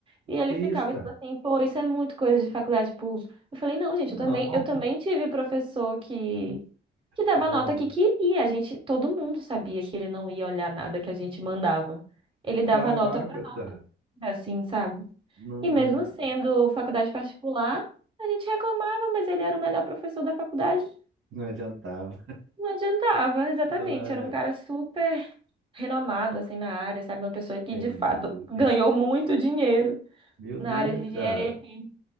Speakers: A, on the right (about 25°); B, on the right (about 85°).
A: E ele
B: Que
A: ficava
B: isso, cara?
A: tipo assim, pô, isso é muito coisa de faculdade pública. Eu falei, não, gente,
B: Não.
A: eu também, eu também tive professor que que dava
B: É,
A: nota que queria. A gente, todo mundo sabia que ele não ia olhar nada que a gente mandava. Ele dava
B: Caraca,
A: nota pra nota,
B: cara.
A: assim, sabe?
B: Não,
A: E
B: não,
A: mesmo sendo faculdade particular, a gente reclamava, mas ele era o melhor professor da faculdade.
B: não adiantava.
A: Não adiantava, exatamente.
B: Ai,
A: Era um cara super renomado assim na área, sabe? Uma pessoa que
B: entendi.
A: de fato ganhou muito dinheiro
B: Meu
A: na
B: Deus,
A: área de engenharia
B: cara.
A: aqui.